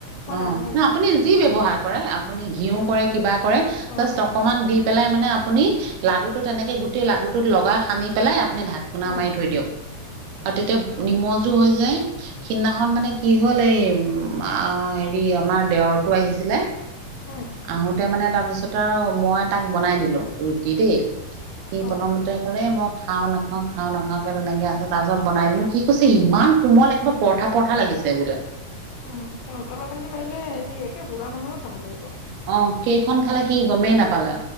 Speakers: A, on the left (about 75°); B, on the right (about 75°).
A: মই
B: অহ,
A: নানোৱে
B: ন'আপুনি
A: মানে
B: যি ব্যৱহাৰ কৰে আপ আপুনি ঘিউ
A: অ
B: কৰে কিবা কৰে
A: অ
B: জাষ্ট
A: অ
B: অকমান দি পেলাই মানে আপ আপুনি লাড্ডুটো তেনেকে গোটেই লাড্ডুটোত লগাই সানি পেলাই আপুনি ঢাককনা
A: উম
B: মাৰি থৈ দিয়ক। আৰু তেতিয়া
A: অ
B: নিমজো হৈ যায়, সিদিনাখন মানে কি হল এই উম আ হেৰি আমাৰ দেৱৰতো আহিছিলে
A: উম
B: আহোতে মানে তাৰপিছত আৰু মই তাক বনাই দিলো ৰুটি দেই সি
A: অ
B: প্ৰণমতে কলে মক খাও নাখাও -খাও নাখাও কে তেনেকে আছে তাৰ পিছত বনাই দিলোঁ সি কৈছে ইমান কোমল একেবাৰে পৰঠা -পৰঠা লাগিছে। ছে বুলে।
A: উম, উতলা পানী দি মাৰিলে হেৰি একে বুঢ়া মানুহে খাব পাৰিব।
B: অ কেইখন খালে সি গমেই নাপালে।